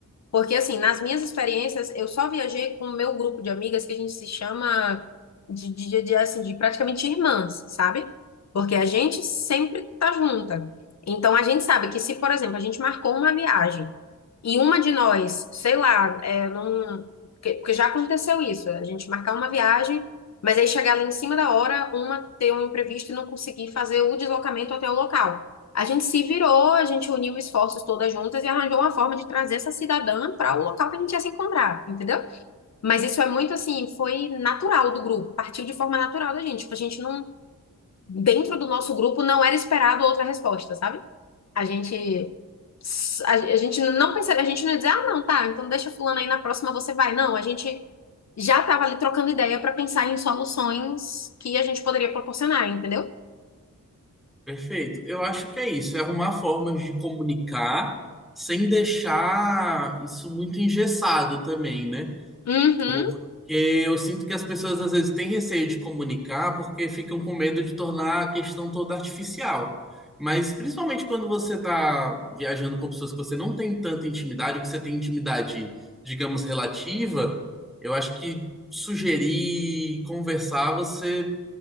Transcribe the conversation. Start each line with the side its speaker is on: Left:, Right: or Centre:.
Left: Porque, assim, nas minhas experiências, eu só viajei com o meu grupo de amigas que a gente se chama de, de, de, assim, de praticamente irmãs, sabe? Porque a gente sempre tá junta. Então, a gente sabe que se, por exemplo, a gente marcou uma viagem e uma de nós, sei lá, é, não... Porque porque já aconteceu isso, a gente marcar uma viagem, mas aí chegar lá em cima da hora, uma ter um imprevisto e não conseguir fazer o deslocamento até o local. A gente se virou, a gente uniu esforços todas juntas e arranjou uma forma de trazer essa cidadã para o local que a gente ia se encontrar, entendeu? Mas isso é muito assim, foi natural do grupo, partiu de forma natural da gente. Tipo, a gente não, dentro do nosso grupo não era esperado outra resposta, sabe? A gente a, a gente não pensaria, a gente não ia dizer, ah, não, tá, então deixa fulano aí na próxima você vai. Não, a gente já tava ali trocando ideia para pensar em soluções que a gente poderia proporcionar, entendeu?
Centre: Perfeito. Eu acho que é isso, é arrumar formas de comunicar sem deixar isso muito engessado também, né?
Left: Uhum.
Centre: Porque eu sinto que as pessoas às vezes têm receio de comunicar porque ficam com medo de tornar a questão toda artificial. Mas principalmente quando você está viajando com pessoas que você não tem tanta intimidade, ou que você tem intimidade, digamos, relativa, eu acho que sugerir, conversar, você